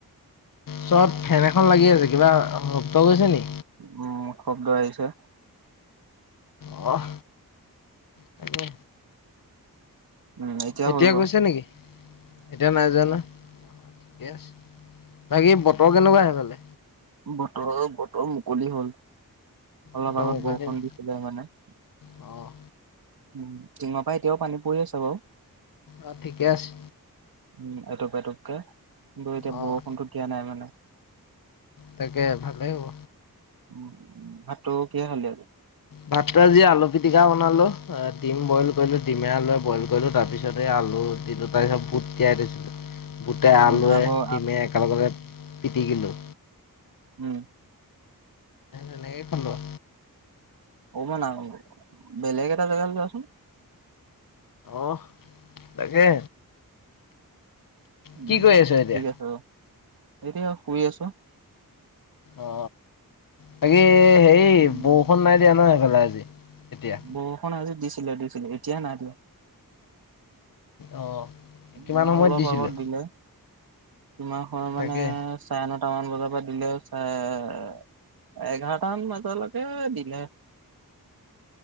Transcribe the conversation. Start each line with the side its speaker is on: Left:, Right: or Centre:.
Left: ওচত ফেন এখন লাগি আছে কিবা গৈছে নি?
Right: উম শব্দ আহিছে।
Left: অহ। তাকে।
Right: উম,
Left: এতিয়া
Right: হ'ল বাৰু।
Left: গৈছে নেকি এতিয়া নাই যোৱা ন? ঠিকে আছে। বাকী বতৰ কেনেকোৱা সেফালে?
Right: বতৰ বতৰ মুকলি হ'ল। অলপ
Left: বতৰ
Right: আগত
Left: মুকলি
Right: বৰষুণ
Left: নি?
Right: দিছিলে মানে। উ
Left: অ',
Right: টিঙৰ পৰা এতিয়াও পানী পৰি আছে বাও।
Left: অ ঠিকে আছে।
Right: উম এটুপ এটুপকে বৈ এতিয়া
Left: অ',
Right: বৰষুণটো দিয়া নাই মানে।
Left: তাকে ভালেই হ'ব।
Right: উ ভাতটো কিহে খালি আজি?
Left: ভাতটো আজি আলু পিটিকা বনালো ডিম বইল কৰিলো ডিমে আলুৱে বইল কৰিলো তাৰ পিছতে আলু তি দু তাৰ পিছত বুট তিয়াই থৈছিলো। বুটে,
Right: উম,
Left: আলুৱে,
Right: আগৰ
Left: ডিমে একেলগতে পিটিকিলো।
Right: উম।
Left: তেনেকে খালো আও
Right: অ মান বেলেগ এটা জেগালে যোৱাচোন।
Left: অহ তাকে।
Right: উম
Left: কি কৰি আছ এতিয়া?
Right: ঠিক আছে। এতিয়া শুই আছো।
Left: অ তাকে সেই
Right: উম।
Left: বৰষুণ নাই দিয়া ন সেইফালে আজি এতিয়া।
Right: বৰষুণ আজি দিছিলে দিছিল এতিয়া নাই দিয়া।
Left: অ'। কিমান
Right: আমা
Left: সময়ত
Right: অলপ
Left: দিছিলে?
Right: আগত দিলে। কিমান সময় মানে
Left: তাকে,
Right: চাই ন আঠটামান বজাৰ পা দিলে চাই এঘাৰটামান বাজি টালৈকে দিলে।